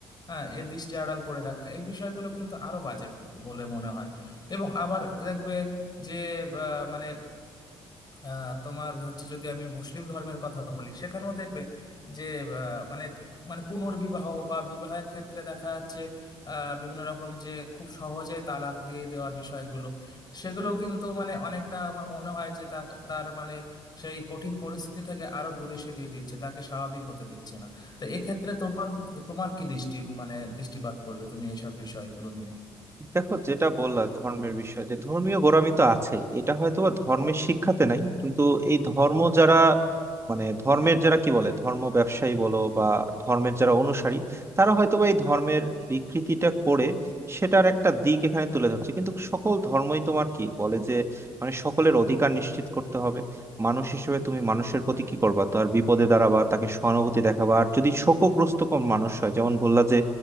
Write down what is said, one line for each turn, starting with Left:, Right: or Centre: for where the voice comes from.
Left: হ্যাঁ এর দৃষ্টি আড়াল করে রাখা এই বিষয়গুলো কিন্তু আরো বাজে বলে মনে হয় এবং আবার দেখবে যে আহ, মানে আহ, তোমার হচ্ছে যদি আমি মুসলিম ধর্মের কথা বলি সেখানেও দেখবে যে আহ, মানে মানে পুনর্বিবাহ বা বিবাহের ক্ষেত্রে দেখা যাচ্ছে আহ, বিভিন্ন রকম যে খুব সহজে তালাক দিয়ে দেওয়ার বিষয়গুলো সেগুলো কিন্তু মানে অনেকটা আমার মনে হয় যে তা- তার মানে সেই কঠিন পরিস্থিতি থেকে আরো দূরে সরিয়ে দিচ্ছে তাকে স্বাভাবিক হতে দিচ্ছে না তো এক্ষেত্রে তোমার তোমার কি দৃষ্টি মানে দৃষ্টিপাত করবে তুমি এইসব বিষয়গুলো নিয়ে
Right: দেখো যেটা বললা ধর্মের বিষয়ে যে ধর্মীয় গোঁড়ামি তো আছে এটা হয়তো বা ধর্মের শিক্ষাতে নাই কিন্তু এই ধর্ম যারা মানে ধর্মের যারা কি বলে ধর্ম ব্যবসায়ী বলো বা ধর্মের যারা অনুসারী তারা হয়তো বা এই ধর্মের বিকৃতিটা করে সেটার একটা দিক এখানে তুলে ধরছে কিন্তু সকল ধর্মই তোমার কি বলে যে মানে সকলের অধিকার নিশ্চিত করতে হবে মানুষ হিসেবে তুমি মানুষের প্রতি কি করবা তার বিপদে দাঁড়াবা তাকে সহানুভূতি দেখাবা আর যদি শোকগ্রস্ত কোন মানুষ হয় যেমন বললা যে